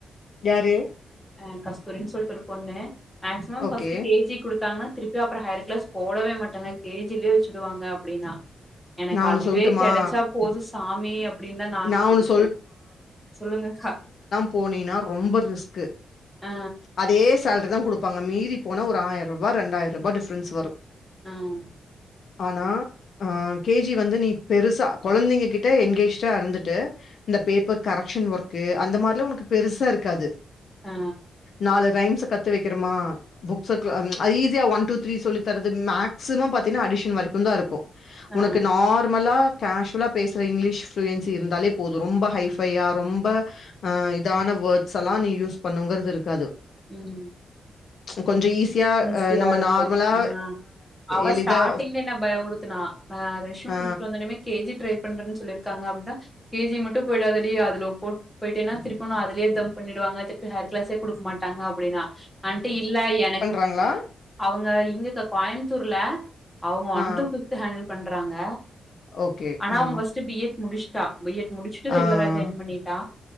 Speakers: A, on the left (about 50°); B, in the centre.
A: யாரு
B: ஆ கஸ்தூரின் சொல்ட்டு ஒரு பொண்ணு maximum
A: okay
B: first K G குடுத்தாங்கன்னா திருப்பி அப்புறம் ஹையர் கிளாஸ் போடவே மாட்டாங்க கே ஜிலே வச்சிடுவாங்க அப்டின்னா எனக்கு
A: நா ஒன்னு
B: அதுவே
A: சொல்ட்டுமா
B: கெடைச்சா போது சாமி அப்டின் தா நானும்
A: நா
B: நெனைச்சன்
A: ஒன்னு
B: சொல்லுங்கக்கா
A: போனினா ரொம்ப ரிஸ்கு
B: ஆ
A: அதே சேல்ரி தா குடுப்பாங்க மீதி போனா ஒரு ஆயிரரூபா ரெண்டாயிர ரூபா டிஃப்ரன்ஸ் வரும்
B: ம்
A: ஆனா ஆ கே ஜி வந்து நீ பெருசா கொழந்தைங்க கிட்ட என்கேஜிடா இருந்துட்டு இந்த பேப்பர் கரக்ஷன் ஒர்க்கு அந்த மாரிலா ஒனக்கு பெருசா இருக்காது
B: ஆ
A: நாலு ரைம்ஸ் கத்து வைக்கிறமா புக்ஸ குளோ அது ஈஸியா ஒன் டூ த்ரீ சொல்லி தரது மேக்ஸிமம் பாத்தீன்னா அடிஷன் வரைக்கும் தா இருக்கும்
B: ஆ
A: உனக்கு நார்மலா கேஷ்வலா பேசற இங்கிலீஷ் ப்ளூயன்சி இருந்தாலே போதும் ரொம்ப ஹைஃபையா ரொம்ப ஆ இதான வேர்ட்ஸ் எல்லாம் நீ யூஸ் பண்ணுங்கிறது இருக்காது
B: ம்
A: கொஞ்சம் ஈஸியா
B: ஈஸியா
A: அ நம்ம
B: இருக்கும்
A: நார்மலா
B: ஆ அவ
A: எளிதா
B: ஸ்டாட்டிங்ல என்ன பயபுடுத் துனா நா ரெஷ்யூம்
A: அ
B: குடுத்துட்டு வந்த ஒன்னேமே கே ஜி ட்ரை பண்றன் சொல்லிருக்காங்க அப்டின்னா கே ஜி மட்டும் போயிடாதடி அதுல போ போயிட்டேன்னா திருப்பி உன்ன அதுலே தம் பண்ணிடுவாங்க திருப்பி ஹயர் கிளாஸே குடுக்க மாட்டங்க அப்டின்னா அன்ட்டு இல்ல எனக்கு
A: ங்களா
B: அவுங்க இங்கக்கா கோயம்த்தூர்ல அவுங்க ஒன்
A: ஆ
B: டூ ஃபிஃப்த்து ஹேண்டில் பண்றாங்க
A: ஓகே
B: ஆனா
A: ஆ
B: அவுங்க ஃபஸ்ட்டு பி ஏட் முடிஸ்ட்டா பி எட் முடிச்சிட்டு ரெகுலரா
A: ஆ
B: ஜாயின் பண்ணிட்டா